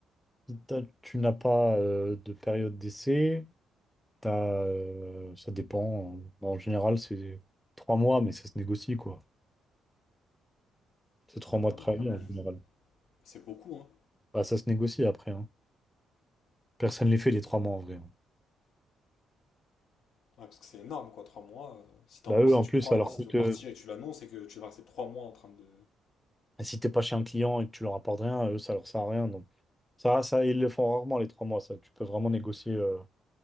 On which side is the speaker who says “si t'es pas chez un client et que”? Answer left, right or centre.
Centre